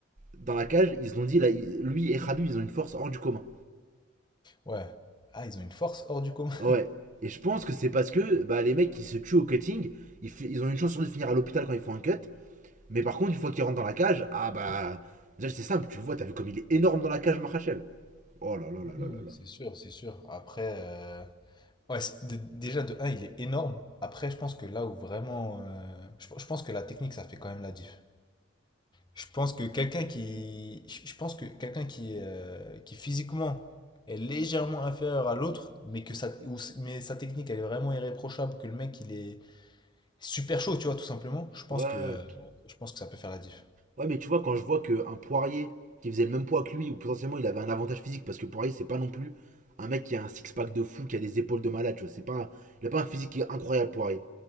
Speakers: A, on the right; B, on the left.
A: dans la cage, ils se l'ont dit, là, lui et Khabib, ils ont une force hors du commun.
B: Ouais. Ah, ils ont une force hors du commun.
A: Ouais. Et je pense que c'est parce que bah, les mecs qui se tuent au cutting, ils, ils ont une chance sur deux de finir à l'hôpital quand ils font un cut. Mais par contre, une fois qu'ils rentrent dans la cage, ah bah. Déjà, c'est simple, tu le vois, t'as vu comme il est énorme dans la cage, Makhachev. Oh là là là là
B: Ouais,
A: là là.
B: C'est sûr, c'est sûr. Après, euh, ouais, c'est- dé- déjà de un il est énorme. Après, je pense que là où vraiment. euh, Je, je pense que la technique, ça fait quand même la diff. Je pense que quelqu'un qui. Je je pense que quelqu'un qui, euh, qui physiquement est légèrement inférieur à l'autre, mais que sa, ou s- mais sa technique, elle est vraiment irréprochable, que le mec, il est super chaud, tu vois, tout simplement. Je pense
A: Ouais.
B: que, euh, je pense que ça peut faire la diff.
A: Ouais, mais tu vois, quand je vois qu'un Poirier qui faisait le même poids que lui, ou potentiellement il avait un avantage physique, parce que Poirier, c'est pas non plus un mec qui a un six-pack de fou, qui a des épaules de malade, tu vois. C'est pas, un- il a pas un physique qui est incroyable, Poirier.